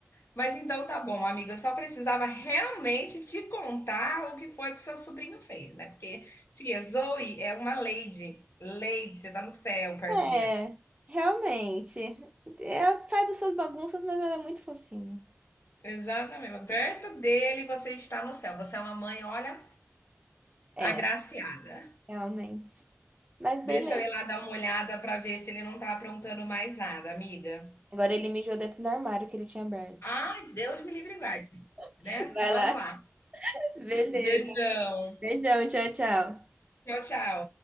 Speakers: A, on the left; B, on the right.
A: Mas então tá bom, amiga. Eu só precisava realmente te contar o que foi que o seu sobrinho fez, né? Porque, filha, Zoe é uma lady. Lady, você tá no céu perto
B: É,
A: dela.
B: realmente. Ela faz as suas bagunças, mas ela é muito fofinha.
A: Exatamente. Perto dele você está no céu. Você é uma mãe, olha,
B: É,
A: agraciada.
B: realmente. Mas beleza.
A: Deixa eu ir lá dar uma olhada pra ver se ele não tá aprontando mais nada, amiga.
B: Agora ele mijou dentro do armário que ele tinha aberto.
A: Ah, Deus me livre e guarde,
B: <laughs>
A: né?
B: Vai
A: Vamos
B: lá.
A: lá.
B: Beleza.
A: Beijão.
B: Beijão, tchau, tchau.
A: Tchau, tchau.